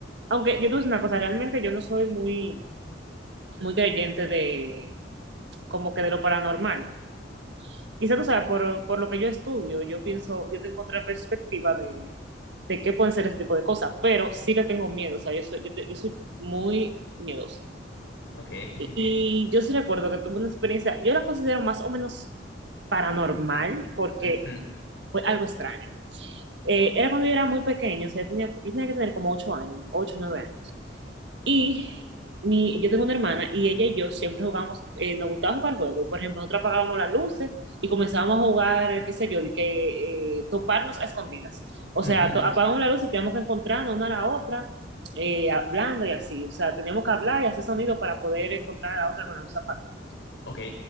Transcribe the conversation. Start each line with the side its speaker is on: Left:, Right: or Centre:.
Right: aunque yo te voy a decir una cosa, realmente yo no soy muy, muy creyente de, como que de lo paranormal, quizás tú sabes, por, por lo que yo estudio, yo pienso, yo tengo otra perspectiva de, de qué pueden ser este tipo de cosas, pero sí le tengo miedo, o sea, yo soy, yo te- yo soy muy miedosa.
Left: Ok. <laughs>
Right: Y, y yo sí recuerdo que tuve una experiencia, yo la considero más o menos paranormal, porque
Left: Ujú.
Right: fue algo extraño. Eh, era cuando yo era muy pequeño, o sea, yo tenía, yo tenía que tener como 8 años, 8 9 años. Y mi, yo tengo una hermana y ella y yo siempre jugamos, eh, nos gustaba jugar juegos. Por ejemplo, nosotros apagábamos las luces y comenzábamos a jugar, qué sé yo, de que eh, toparnos a escondidas. O
Left: Ujú.
Right: sea, to- apagábamos la luz y teníamos que encontrarnos una a la otra, eh, hablando y así. O sea, teníamos que hablar y hacer sonido para poder encontrar a la otra con la luz apagada.
Left: Ok.